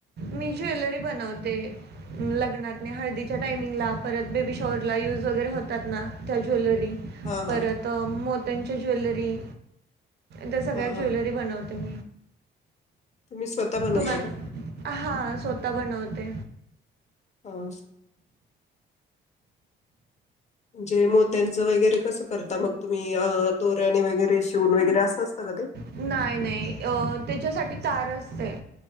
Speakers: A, on the right; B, on the left.
A: मी ज्वेलरी बनवते लग्नातने हळदीच्या टायमिंगला परत बेबी शॉवरला यूज वगैरे होतात ना त्या ज्वेलरी
B: हा
A: परत
B: हा
A: मोत्यांच्या ज्वेलरी त्या सगळ्या
B: हा
A: ज्वेलरी
B: हा
A: बनवत तम
B: तुम्ही स्वतः बनवता
A: तुम्हाला
B: का
A: हा स्वतः बनवते.
B: हो. म्हणजे मोत्यांचं वगैरे कसं करता मग तुम्ही दोऱ्याने वगैरे शिवून वगैरे असं असत का ते.
A: नाही नाही अ त्याच्यासाठी तार असते.